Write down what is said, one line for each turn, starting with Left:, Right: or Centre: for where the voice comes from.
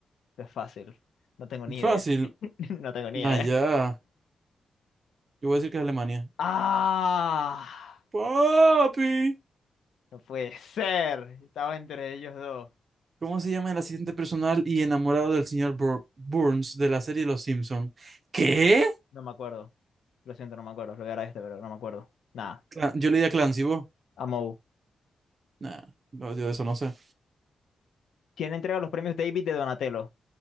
Left: esto es fácil. No tengo ni idea.
Right: Fácil.
Left: <laughs> No tengo ni idea.
Right: Allá. Yo voy a decir que es Alemania.
Left: ¡Ah!
Right: Papi.
Left: No puede ser. Estaba entre ellos dos.
Right: ¿Cómo se llama el asistente personal y enamorado del señor Bur- Burns de la serie Los Simpson? ¿Qué?
Left: No me acuerdo. Lo siento, no me acuerdo. Lo voy a dar a este, pero no me acuerdo. Nada.
Right: Cla- Yo le di a Clancy, ¿vos?
Left: Amou.
Right: Nah, no, yo de eso no sé.
Left: ¿Quién entrega los premios David de Donatello?